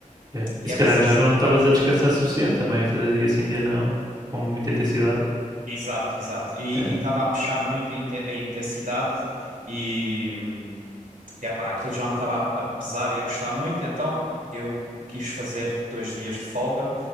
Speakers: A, on the right; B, on the right.
A: yeah.
B: E
A: E se
B: é preciso...
A: calhar já não estavas a descansar suficiente também, a fazer dia sim, dia não, com muita intensidade.
B: Exato, exato. E
A: Yeah.
B: e estava a puxar muito a inte- a intensidade e... E epá, aquilo já me estava a a pesar e a custar muito, então eu quis fazer dois dias de folga.